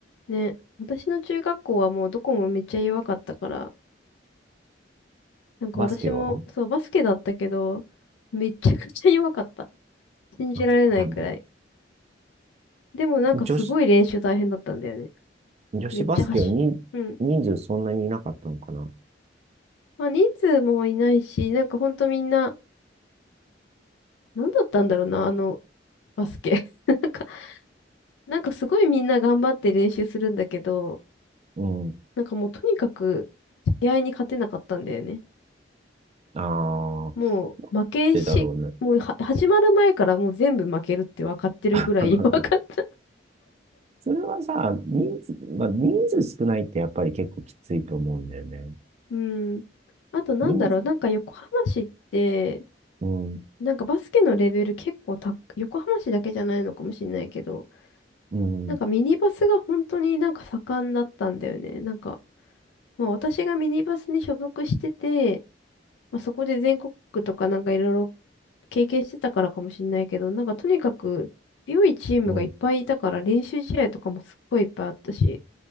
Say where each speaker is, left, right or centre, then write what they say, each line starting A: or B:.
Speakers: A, on the left (about 75°); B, on the right (about 35°).
A: ね。私の中学校はもうどこもめっちゃ弱かったから、なんか私も、
B: バスケは
A: そう、バスケだったけど、めちゃくちゃ弱かった。信じられないくらい。
B: あ、そうなんだ。
A: でもなんかすごい練習大変だったんだよね。
B: 女子、女子バスケは人、
A: めっちゃ走、うん。
B: 人数そんなにいなかったのかな
A: まあ人数もいないし、なんかほんとみんな、なんだったんだろうな、あの、バスケ。<laughs> なんか、なんかすごいみんな頑張って練習するんだけど、
B: うん。
A: なんかもうとにかく、試合に勝てなかったんだよね。
B: ああ、
A: もう、負けし、
B: でだろうね。
A: もうは、始まる前からもう全部負けるって分かってるぐらい
B: <laughs>
A: <laughs> 弱かった。
B: それはさ、人数、まあ、人数少ないってやっぱり結構きついと思うんだよね。
A: うん。あとなんだろう、
B: 人、
A: なんか横浜市って、
B: うん、
A: なんかバスケのレベル結構た、横浜市だけじゃないのかもしれないけど、
B: うん、
A: なんかミニバスが本当になんか盛んだったんだよね。なんか、もう私がミニバスに所属してて、まあ、そこで全国区とかなんかいろいろ経験してたからかもしれないけど、なんかとにかく強いチームがいっぱいいたから練習試合とかもすっごいいっぱいあったし。
B: うん。